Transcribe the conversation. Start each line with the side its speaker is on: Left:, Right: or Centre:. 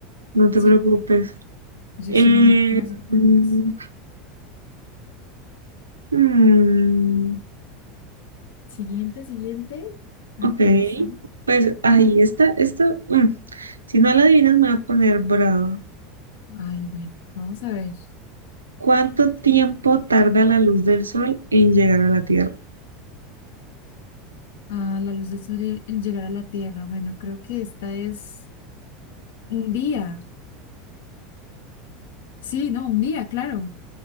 Right: No te
Left: sí,
Right: preocupes.
Left: yo
Right: Eh,
Left: soy muy mala haciendo preguntas.
Right: mm, mm,
Left: Siguiente, siguiente. Alcanza.
Right: ok. Pues ahí está. Esto, mm, si no la adivinas, me va a poner bravo.
Left: Ay, bueno, vamos a ver.
Right: ¿Cuánto tiempo tarda la luz del sol en llegar a la Tierra?
Left: ah la luz del sol, lle- el llegar a la Tierra. Bueno, creo que esta es un día. Sí, no, un día, claro.